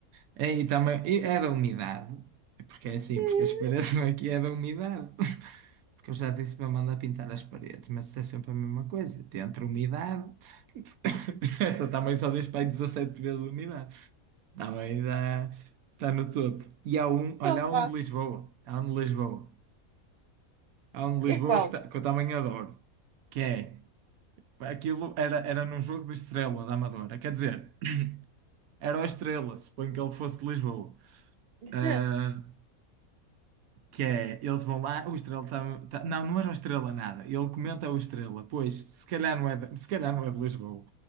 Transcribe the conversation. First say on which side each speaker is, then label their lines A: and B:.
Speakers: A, on the right; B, on the right.
A: É, e também, e é da umidade. Porque é assim,
B: <laughs>
A: porque a expiração <laughs> aqui é da umidade. Porque eu já disse para mandar pintar as paredes, mas isso é sempre a mesma coisa. entre umidade. <laughs> Essa também só diz para aí 17 vezes umidade. Também dá, está no topo. E há um, olha,
B: Opa,
A: há um de Lisboa. Há um de Lisboa. Há um de
B: é
A: Lisboa
B: qual?
A: que, tá- que eu também adoro. Que é, aquilo era, era num jogo do Estrela da Amadora. Quer dizer, era o Estrela, suponho que ele fosse de Lisboa.
B: <laughs>
A: Ah, Que é, eles vão lá, o Estrela tá, tá- Não, não era o Estrela nada. Ele comenta o Estrela. Pois, se calhar não é de, se calhar não é de Lisboa.